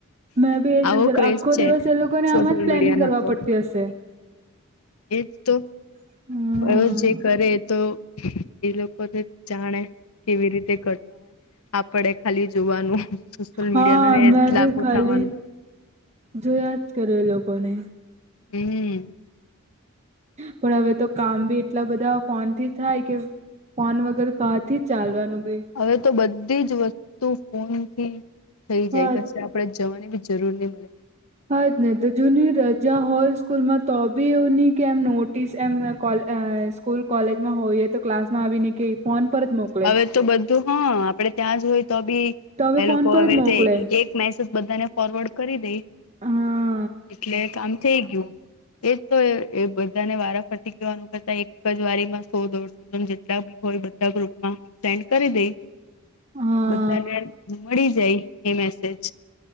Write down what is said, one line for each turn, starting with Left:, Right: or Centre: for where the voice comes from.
Right: મેં બી એજ
Left: આવો
Right: વિચાર
Left: ક્રેઝ
Right: આખો
Left: છે
Right: દિવસ એ લોકોને
Left: સોશિયલ
Right: આમ જ પ્લાનિંગ
Left: મીડિયા
Right: કરવા
Left: ન તો.
Right: પડતી હશે
Left: એજ તો
Right: હમ
Left: એ જે કરે એ તો. એ લોકોને જાણે કેવી રીતે કરતા હોય આપડે ખાલી જોવાનું, સોશિયલ
Right: હા
Left: મીડિયા ના
Right: બે-બે
Left: લાભ
Right: ખાલી
Left: ઉઠાવવાનું
Right: જોયા જ એ લોકોને,
Left: હે,
Right: પણ હવે તો કામ ભી એટલા બધા ફોનથી થાય કે, ફોન વગેરે કાથી ચાલવાનું ભી,
Left: હવે તો બધી જ વસ્તુ ફોનથી થઈ જાય
Right: હા
Left: પશે, આપણે જવાની ભી જરૂર નહીં મળે,
Right: હાજ નહીં તો જૂની રજા હોય સ્કૂલમાં તો ભી એવું નહીં કે એમ નોટિસ એમ કોલ. સ્કૂલ કોલેજમાં હોયએ તો ક્લાસમાં આવીને ફોન પર મોકલે.
Left: હવે તો બધું હા આપડે ત્યાં જ હોય તોભી,
Right: તો
Left: એ
Right: ફોન
Left: લોકો
Right: પર
Left: હવે
Right: જ
Left: રીતે
Right: મોકલે
Left: એક મેસેજ બધાને ફોરવર્ડ કરી દે,
Right: હા
Left: એટલે કામ થઈ ગયું, એજ તોએ બધાને વારાફરતી કવાનું કરતા એક જ વારીમાં સો દોડશે. જેટલા ભી હોય બધા ગ્રુપમાં સેન્ડ કરી દે,
Right: હા <inaudible>
Left: <unintelligible> મળી જાય એ મેસેજ,